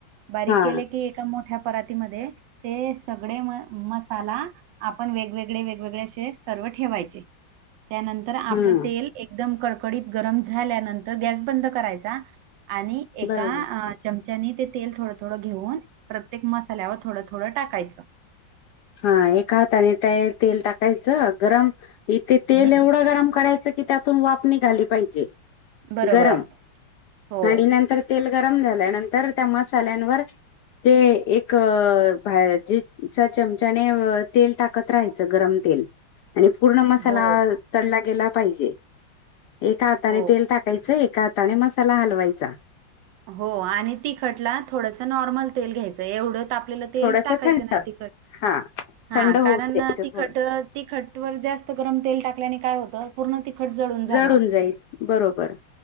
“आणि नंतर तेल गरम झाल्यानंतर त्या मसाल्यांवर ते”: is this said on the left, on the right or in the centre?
Left